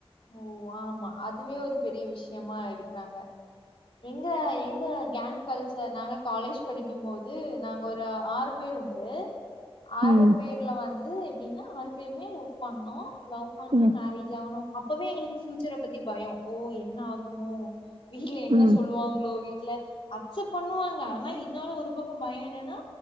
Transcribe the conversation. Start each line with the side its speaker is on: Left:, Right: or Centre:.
Left: ஓ ஆமா அதுவே ஒரு பெரிய விஷயமா இருக்கிறாங்க எங்க எங்க கேங் கல்சர் நாங்க காலேஜ் படிக்கும் போது நாங்க ஒரு ஆறு பேர் குண்டு ஆறு
Right: ம்,
Left: பேர்ல வந்து எப்டின்னா ஆறு பே ஒர்க் பண்னோ லவ் பண்ணி
Right: ம்,
Left: மேரேஜ் ஆகணு அப்பவே எங்களுக்கு பியூச்சரை பத்தி பயோ ஓ என்ன ஆகுமோ வீட்ல என்ன
Right: ம்.
Left: சொல்லுவாங்களோ வீட்ல அக்சப் பண்ணுவாங்க ஆனா இருந்தாலு ஒரு பக்க பயோ என்னன்னா